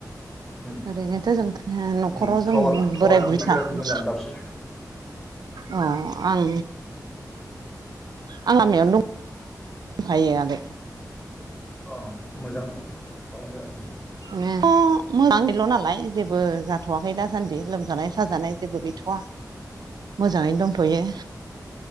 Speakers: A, in the centre; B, on the right.
A: उम
B: ओरैनोथ' जों न'खराव
A: उम
B: जों
A: टावार टावार
B: बोराय
A: मोननो
B: बुरै
A: नागिराखै
B: सानै
A: मोजां दाबसे
B: अ आं आं लामायावनो दं दंखायो आगै
A: जायगायाव मोजां थाबानो जाबाय
B: <unintelligible> मोजां गैल' नालाय जेबो जाथ'वाखै दासान्दि लोमजानाय साजानाय जेबो गैथ'वा मोजाङैनो दंथ'यो